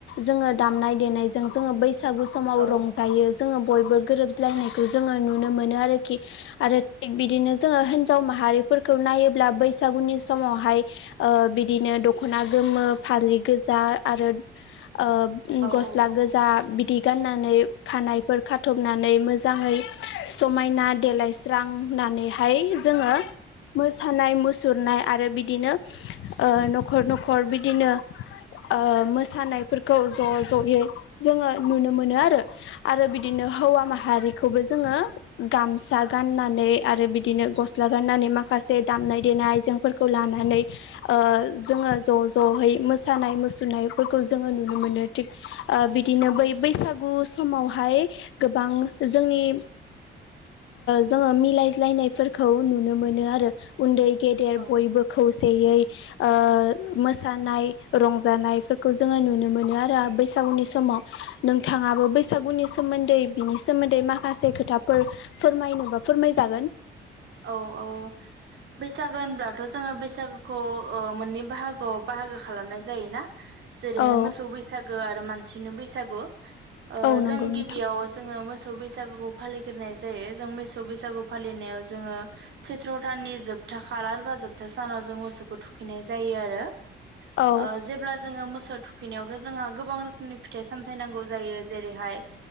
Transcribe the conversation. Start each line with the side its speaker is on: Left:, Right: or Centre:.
Left: जों ङो दामनाय देनायजों जोङो बैसागु समाव
Right: औ
Left: रंजायो‌। जोङो बयबो गोरोबलायनायखौ जोङो नुनो मोनो आरोखि आरो थिग बिदिनो जोङो हिनजाव मा हारिफोरखौ नायोब्ला बैसागुनि समावहाय बिदिनो दखना गोमो, फालि गोजा, आरो ओ
Right: औ
Left: गसला
Right: औ
Left: गोजा बिदि गाननानै खानायफोर खाथबनानै मोजाङै समायना देलायस्रांना नैहाय जोङो मोसानाय, मुसुरनाय आरो बिदिनो न'खर न'खर बिदिनो ओ मोसानायफोरखौ ज' ज'यै जोङो नुनो मोनो आरो आरो बिदिनो हौवा माहारिखौबो। जोङो गामसा गाननानै आरो बिदिनो गस्ला गाननानै माखासे दामनाय देनाय फोरखौ लानानै ओ जोङो ज' ज'है मोसानाय मुसुरनायफोरखौ जोङो नुनो मोन थ बिदिनो
Right: औ
Left: बै बैसागु समावहाय गोबां जोंनि। जोङो मिलायज्लायनायफोरखौ नुनो मोनो आरो, उन्दै गेदेर
Right: औ
Left: बयबो खौसे देयै मसेयै मोसानाय रंजानायफोरखौ जोङो नुनो मोनो आरो बैसागु उनि समाव नोंथाङाबो बैसागुनि सोमोन्दै बिनि सोमोन्दै माखासे खोथाफोर फोरमायनोबा फोरमायजागोन।
Right: औ औ बैसागो होनब्लाथ' जोङो बैसागोखौ ओ मोननै बाहागोआव बाहागो खालामनाय जायोना। जेरैहाय
Left: औ
Right: मोसौ बैसागो आरो मानसिनि बैसागु।
Left: औ नंगौ
Right: जों
Left: नोंथां
Right: गिबियाव जोङो मो मोसौ बैसागुखौ फालिगोरनाय जायो जों मेसौ बैसागु फालिनायाव जोङो सेथ्र'थाननि जोबथा खाार बा जोबथा सानाव जों मोसौखौ थुखैनाय जायो आरो।
Left: औ
Right: आ जेबोब्ला जोङो मोसौ थुखैनायावथ' जोंहा गोबां रोखोमनि फिथाइ सामथायनांगौ जायो जेरैहाय।